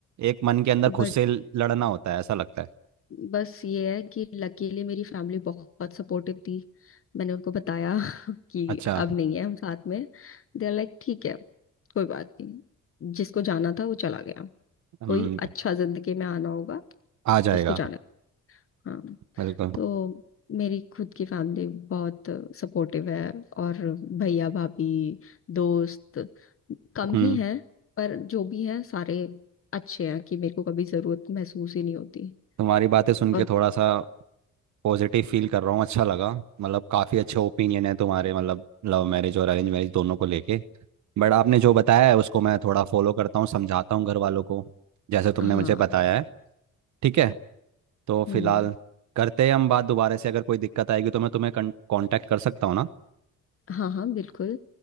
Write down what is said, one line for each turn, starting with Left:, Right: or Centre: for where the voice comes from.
Right: एक मन के अंदर
Left: बट
Right: खुद से लड़ना होता है ऐसा लगता है
Left: बस ये है कि लकीली मेरी फैमिली बहुत सपोर्टिव थी मैंने उनको बताया <laughs> कि
Right: अच्छा
Left: अब नहीं है हम साथ में दे आर लाइक ठीक है कोई बात नहीं जिसको जाना था वो चला गया
Right: हम्म
Left: कोई अच्छा जिंदगी में आना होगा
Right: आ जाएगा
Left: उसको जाना हाँ
Right: बिल्कुल
Left: तो मेरी खुद की फैमिली बहुत सपोर्टिव है और भैया भाभी दोस्त कम
Right: हम्म
Left: ही हैं पर जो भी हैं सारे अच्छे हैं कि मेरे को कभी जरूरत महसूस ही नहीं होती
Right: तुम्हारी बातें सुन के
Left: और
Right: थोड़ा सा पॉजिटिव फील कर रहा हूँ अच्छा लगा मतलब काफ़ी अच्छे ओपिनियन है तुम्हारे मतलब लव मैरिज और अरेंज मैरिज दोनों को लेके बट आपने जो बताया है उसको मैं थोड़ा फॉलो करता हूँ समझाता हूँ घर वालों को जैसे तुमने
Left: हाँ
Right: मुझे बताया है ठीक है तो
Left: हम्म
Right: फिलहाल करते हैं हम बात दोबारा से अगर कोई दिक्कत आएगी तो मैं तुम्हें कांटेक्ट कर सकता हूँ ना
Left: हाँ हाँ बिल्कुल